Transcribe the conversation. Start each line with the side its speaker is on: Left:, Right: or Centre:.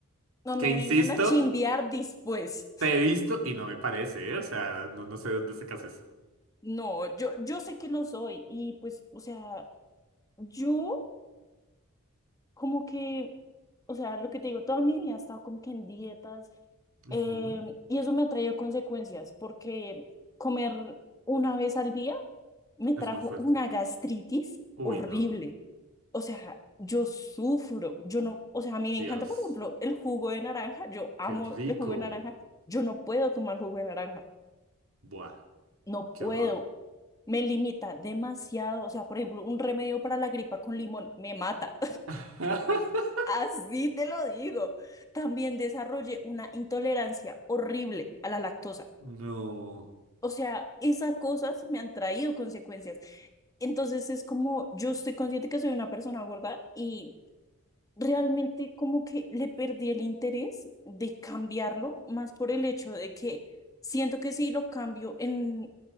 Left: No me
Right: Que insisto,
Left: vengan a chimbear después. <laughs>
Right: te he visto y no me parece, ¿eh? O sea, no, no sé de dónde sacas eso.
Left: No, yo, yo sé que lo soy y pues, o sea, yo. como que, o sea, lo que te digo, toda mi vida he estado como que en dietas
Right: Ujú,
Left: em, y eso me ha traído consecuencias porque comer una vez al día me
Right: Es
Left: trajo
Right: muy fuerte.
Left: una gastritis
Right: Uy,
Left: horrible.
Right: no.
Left: O sea, yo sufro, yo no, o sea, a mí
Right: Dios,
Left: me encanta, por ejemplo, el jugo de naranja, yo amo
Right: qué rico.
Left: el jugo de naranja, yo no puedo tomar jugo de naranja,
Right: Buah,
Left: no
Right: qué
Left: puedo,
Right: horror.
Left: me limita demasiado, o sea, por ejemplo, un remedio para la gripa con limón me mata.
Right: <laughs>
Left: Así te lo digo. También desarrollé una intolerancia horrible a la lactosa.
Right: No.
Left: O sea, esas cosas me han traído consecuencias. Entonces es como yo estoy consciente que soy una persona gorda y realmente como que le perdí el interés de cambiarlo, más por el hecho de que siento que si lo cambio en